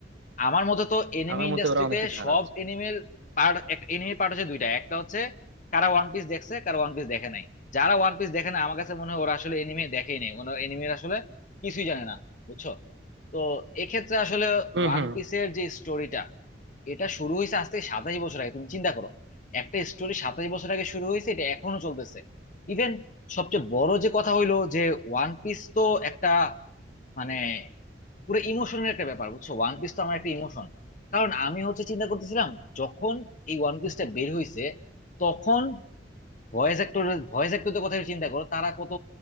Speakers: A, on the left; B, on the right.
A: আমার মতে তো এনিমি
B: আমার
A: ইন্ডাস্ট্রিতে
B: মতে ওরা অনেক কিছু
A: সব
B: হারাচ্ছে
A: এনিমেল পার্ট এনিমি পার্ট হচ্ছে দুইটা একটা হচ্ছে কারা ওয়ান পিস দেখছে কারা ওয়ান পিস দেখে নাই যারা ওয়ান পিস দেখে না আমার কাছে মনে হয় ওরা আসলে এনিমি দেখেই নাই ওরা এনিমির আসলে কিছুই জানে না বুঝছো তো এক্ষেত্রে আসলে
B: হম
A: ওয়ান পিসের যে স্টোরিটা এটা শুরু হয়েছে আজ থেকে সাতাশ বছর আগে তুমি চিন্তা করো একটা স্টোরি সাতাশ বছর আগে শুরু হয়েছে এটা এখনো চলতেছে ইভেন সবচেয়ে বড় যে কথা হইলো যে ওয়ান পিস তো একটা মানে পুরো ইমোশনের একটা ব্যাপার বুঝছো ওয়ান পিস তো আমার একটা ইমোশন কারণ আমি হচ্ছে চিন্তা করতেছিলাম যখন এই ওয়ান পিসটা বের হইছে তখন ভয়েস অ্যাক্টর ভয়েস অ্যাক্টরদের কথা চিন্তা করো তারা কত